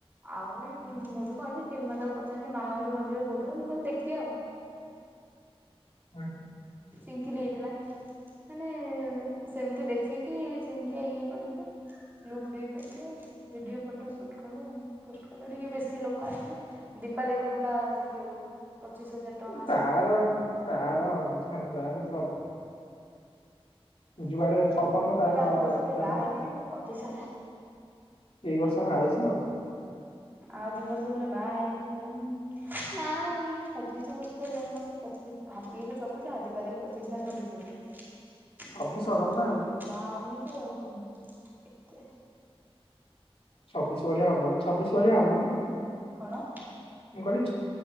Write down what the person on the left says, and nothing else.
ହୁଁ ହୁଁ
ତାର
ତାର ହୋ ତାର ସବୁ ଯୁଆଡେ ପବନ
ତାର
ଚାଲ
ଏଇ ବର୍ଷ ବାହା ହେଇଯିବ।
ଛବିଶ
ହବନି
ନା
ଛବିଶ ଭଳିଆ ହବନି। ଛବିଶ ଭଳିଆ ହବ ନା
ମୁଁ କରି